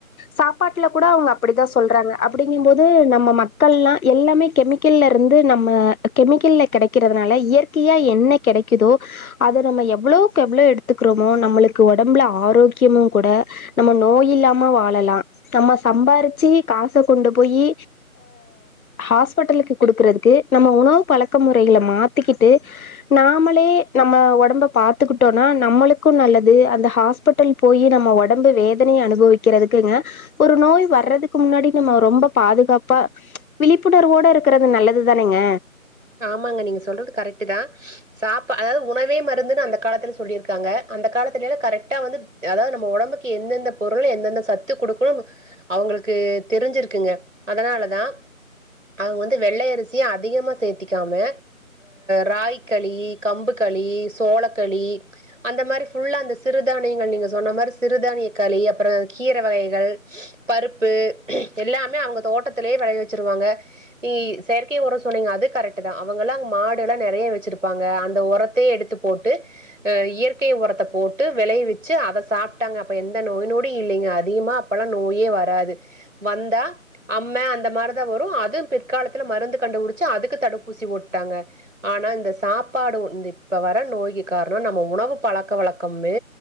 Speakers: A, on the left; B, on the right.
A: சாப்பாட்ல கூட அவுங்க அப்டிதா சொல்றாங்க அப்டிங்கும் போது நம்ம மக்கள்லா எல்லாமே கெமிக்கல்ல இருந்து நம்ம கெமிக்கல்ல கிடை கிறதுனால இயற்கையா என்ன கெடைக்கிதோ அத நம்ம எவ்ளோக்கு எவ்ளோ எடுத்துக்றோமோ நம்மளுக்கு ஒடம்புல ஆரோக்கியமும் கூட நம்ம நோய் இல்லாம வாழலா நம்ம சம்பாரிச்சு காச கொண்டு போயி ஹாஸ்பிட்டலுக்கு குடுக்குறதுக்கு நம்ம உணவு பழக்க முறைகளை மாத்திக்கிட்டு நாமளே நம்ம ஒடம்ப பாத்துக்கிட்டோனா நம்மளுக்கு நல்லது அந்த ஹாஸ்பிட் ட்டல் போய் நம்ம ஒடம்பு வேதனைய அனுபவிக்கிறதுக்குங்க ஒரு நோய் வர்றதுக்கு முன்னாடி நம்ம ரொம்ப பாதுகாப்பா விழிப்புணர்வோட இருக்கறது நல்லது தானேங்க
B: ஆமாங்க நீங்க சொல்றது கரெக்டு தா சாப்பா அதாவது உணவே மருந்துன்னு அந்த காலத்துல சொல்லிருக்காங்க அந்த காலத்துல கரெக்டா வந்து அதாவது நம்ம ஒடம்புக்கு எந்தெந்த பொருள் எந்தெந்த சத்து குடுகுனு அவுங்களுக்கு தெரிஞ்சிருக்குங்க அதனாலதா அவுங்க வந்து வெள்ளை அரிசி அதிகமா சேத்தி க்காம ராகி களி கம்பு களி சோளக்களி அந்த மாரி ஃபுல்லா அந்த சிறுதானியங்கள் நீங்க சொன்ன மாரி சிறுதானிய களி அப்றோ கீரை வகைகள் பருப்பு எல்லாமே அவுங்க தோட்டத்திலேயே விளைய வச்சிருவாங்க நீ செயற்கை உரம் சொன்னீங்க அது கரெக் ட்டு தா அவுங்கல்லா மாடு எல்லா நெறைய வச்சிருப்பாங்க அந்த உரத்தையே எடுத்து போட்டு இயற்கை உரத்த போட்டு விளை வச்சு அதை சாப்ட்டாங்க அப்ப எந்த நோய் நொடி இல்லைங்க அதிகமா அப்பல்லா நோயே வராது வந்தா அம்ம அந்த மார்தா வரூ அதும் பிற்காலத்துல மருந்து கண்டுபிடிச்சு அதுக்கு தடுப் பு ஊசி போட்டாங்க ஆனா இந்த சாப்பாடு இது வர நோய்கு கார்னோ நம்ம உணவு பழக்க வழக்கம்மு